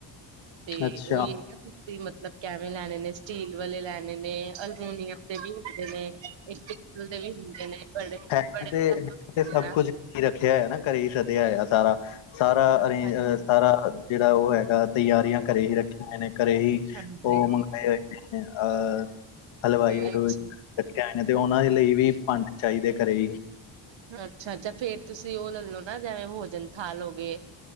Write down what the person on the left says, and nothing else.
ਅੱਛਾ
ਹੈ
ਤੇ ਇਥੇ ਸਭ
ਕੁੱਝ ਰੱਖਿਆ ਹਯਾ ਨਾ ਘਰੇ ਹੀ ਸਦਿਆ ਹੈ ਸਾਰਾ ਸਾਰਾ ਅਰੇੰਝ
ਅਹ ਸਾਰਾ ਜਿਹੜਾ ਔਹ ਹੈਗਾ ਤਿਆਰੀਆਂ ਘਰੇ ਹੀ ਰੱਖੀਆਂ ਨੇ ਘਰੇ ਹੀ
ਉਹ ਮੰਗਵਾਏ ਹੋਏ ਨੇ ਅਹ ਹਲਵਾਈ ਹੂਲਵੂਈ
ਰਖੇ ਆਏ ਨੇ ਤੇ ਔਹਨਾਂ ਦੇ ਲਈ ਵੀ ਭੰਡੇ ਚਾਹੀਦੇ ਘਰੇ ਹੀ